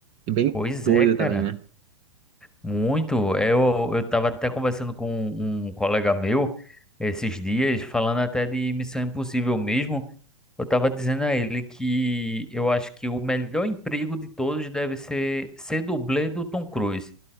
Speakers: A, on the right; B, in the centre.
A: E bem
B: Pois
A: doida
B: é, cara.
A: também, né?
B: Muito. Eu, eu tava até conversando com um colega meu esses dias, falando até de Missão Impossível mesmo. Eu tava dizendo a ele que eu acho que o melhor emprego de todos deve ser ser dublê do Tom Cruise.